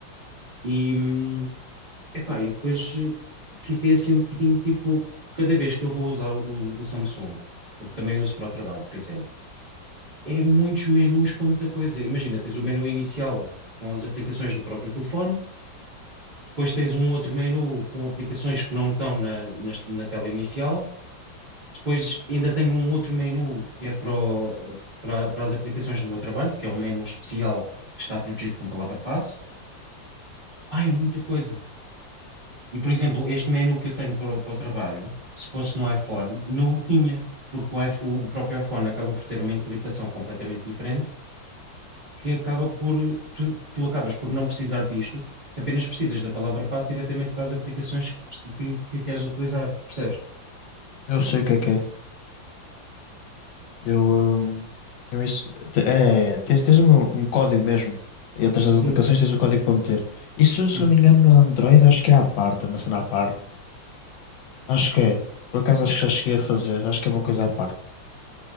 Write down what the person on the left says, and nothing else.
eu sei o que é que é. Eu, hum, eu isso, te- é, tens, tens um, um código mesmo. Entras nas
aplicações, tens o código para meter. Isso,
se não me engano, no Android, acho que é à parte, é uma cena à parte. Acho que é. Por acaso, acho que já cheguei a fazer. Acho que é uma coisa à parte.